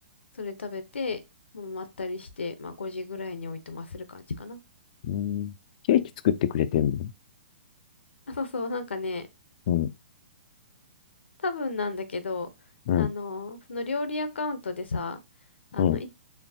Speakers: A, on the left; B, on the left.
A: それ食べて、もうまったりして、まあ5時ぐらいにおいとまする感じかな。<laughs>
B: うん。ケーキ作ってくれてんの
A: あ、そうそう、なんかね、
B: うん、
A: 多分なんだけど、
B: うん、
A: あの、その料理アカウントでさ、あの、
B: うん、
A: い、